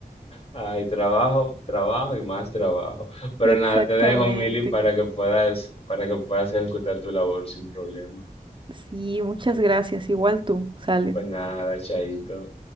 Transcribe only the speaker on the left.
Ay, trabajo, trabajo y más trabajo. Pero
nada, te dejo, Mili, para que puedas, para que puedas ejecutar tu labor sin problema.
Pues nada, chaito.